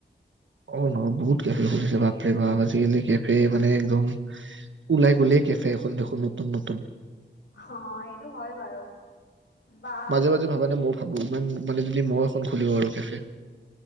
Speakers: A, on the right; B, on the left.
A: অঁ ন বহুত কেফে সুধিছে বাপে বাপ আজিকালি কেফে মানে একদম ওলাই গ'লেই কেফে এখন দেখো নতুন নতুন।
B: অঁ, এইটো হয় বাৰু। বা
A: মাজে মাজে ভাবা নে মই ভাবো ইমান মানে যদি মইও এখন খুলিব পাৰু কেপে।